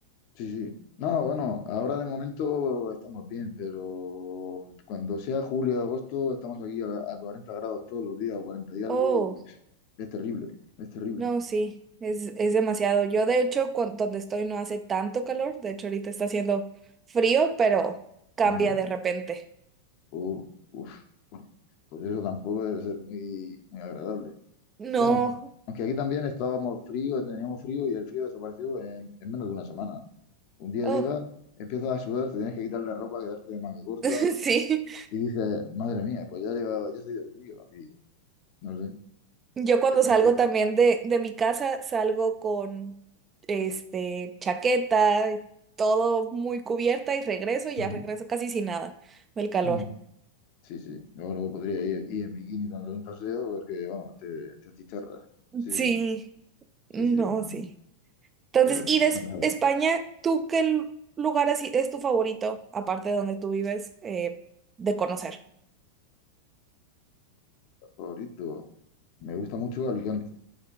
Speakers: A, on the left; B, on the right.
A: Sí, sí. No, bueno, ahora de momento estamos bien, pero cuando sea julio o agosto estamos aquí a, a 40 grados todos los días, o 40 y algo,
B: Oh,
A: y es terrible, es terrible.
B: no, sí, es, es demasiado. Yo de hecho, cuan- donde estoy no hace tanto calor, de hecho ahorita está haciendo frío, pero cambia
A: Ajá.
B: de repente.
A: Uh, uf. Pues eso tampoco debe ser muy, muy agradable.
B: No,
A: Bueno, aunque aquí también estábamos frío, teníamos frío y el frío desapareció en, en menos de una semana. Un día
B: oh,
A: llega, empiezas a sudar, te tienes que quitar la ropa, quedarte de manga corta
B: <laughs> sí.
A: y dices, madre mía, pues ya ha llegado, ya se ha ido el frío. Y no
B: Yo cuando
A: sé.
B: salgo también de, de mi casa, salgo con este chaqueta, todo muy cubierta y regreso y
A: Ujú.
B: ya regreso casi sin nada del calor.
A: Ujú. Sí, sí. Yo luego podría ir, ir en bikini dando un paseo porque, vamos, te, te achicharras. Sí,
B: Sí,
A: sí, sí,
B: no,
A: sí. No,
B: sí. Entonces,
A: pero
B: y de Es-
A: no me da.
B: España, ¿tú qué lu- lugar así es tu favorito, aparte de donde tú vives, eh, de conocer?
A: favorito. Me gusta mucho Alicante,